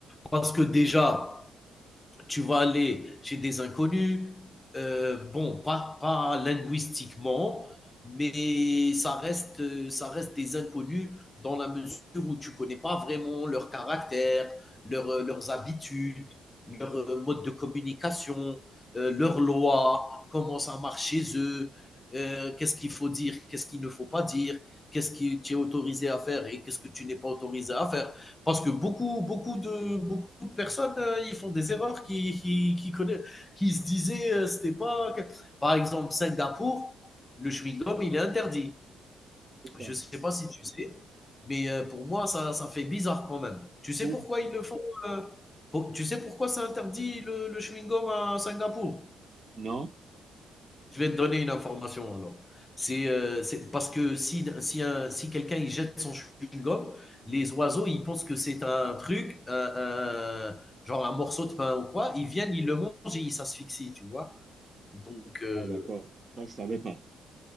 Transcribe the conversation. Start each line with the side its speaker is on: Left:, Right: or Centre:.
Left: Parce que déjà, tu vas aller chez des inconnus, euh, bon, pas, pas linguistiquement, mais ça reste, ça reste des inconnus dans la mesure où tu ne connais pas vraiment leur caractère, leur- euh, leurs habitudes, leur euh, mode de communication, euh, leurs lois, comment ça marche chez eux, euh, qu'est-ce qu'il faut dire, qu'est-ce qu'il ne faut pas dire, qu'est-ce que tu es autorisé à faire et qu'est-ce que tu n'es pas autorisé à faire. Parce que beaucoup, beaucoup, de, beaucoup de personnes, euh, ils font des erreurs qui, qui, qui, connaissent- qui se disaient, euh, c'était pas. Par exemple, Singapour, le chewing-gum, il est interdit.
Right: Pour ça.
Left: Je ne sais pas si tu sais, mais euh, pour moi, ça, ça fait bizarre quand même. Tu sais
Right: Pour?
Left: pourquoi ils le font euh, pour- Tu sais pourquoi c'est interdit le, le chewing-gum à Singapour?
Right: Non?
Left: Je vais te donner une information alors. C'est euh, c'est parce que si, si, un- si quelqu'un il jette son chewing-gum, les oiseaux ils pensent que c'est un truc, un- un- genre un morceau de pain ou quoi, ils viennent, ils le mangent et ils s'asphyxient, tu vois. Donc euh,
Right: Ah, d'accord. Ça, je ne savais pas.